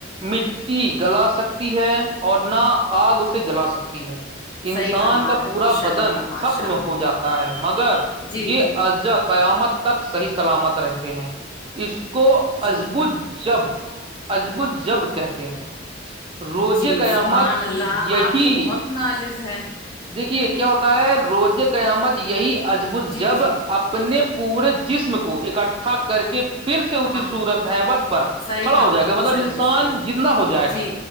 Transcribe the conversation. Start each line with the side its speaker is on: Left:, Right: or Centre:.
Right: مٹی گلا سکتے ہے اور نہ آگ اسے جلا سکتی ہے انسان
Left: صحیح فرما
Right: کا
Left: رہے
Right: پورا
Left: ماشاء
Right: بدن
Left: اللہ ماشاء اللہ
Right: میں ہو جاتا ہے مگر
Left: جی
Right: یہ
Left: جی
Right: ال جا قیامت تک صحیح سلامت رہتے ہیں اس کو
Left: جی
Right: ازبو جب ازبو جب کہتے ہیں روزے
Left: جی
Right: قیامت
Left: سبحان اللہ
Right: یہی
Left: آپ کو بہت نالز ہے
Right: دیکھیے کیا ہوتا ہے روزے قیامت یہی ازب
Left: جی
Right: جب
Left: جی
Right: اپنے پورے جسم کو اکٹھا کر کے پھر سے اسی
Left: ہاں
Right: صورت ہے وت پر
Left: صحیح
Right: کھڑا
Left: فرما
Right: ہو جائے گا
Left: رہا
Right: مطلب
Left: صحیح
Right: انسان
Left: ہے صحیح ہے
Right: زندہ ہو جائے
Left: جی
Right: گا